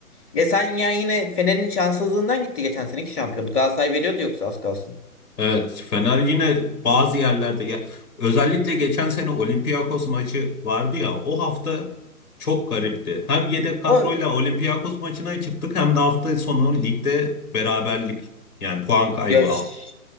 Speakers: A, in the centre; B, on the left.
A: E sen ya yine Fener'in şanssızlığından gitti geçen seneki şampiyonluk. Galatasaray veriyordu yoksa az kalsın.
B: Evet, Fener yine bazı yerlerde ya özellikle geçen sene Olympiakos maçı vardı ya o hafta çok garipti. Hem yedek kadroyla
A: o
B: Olympiakos maçına çıktık hem de hafta sonu ligde beraberlik yani puan kaybı.
A: Ya ş-
B: al-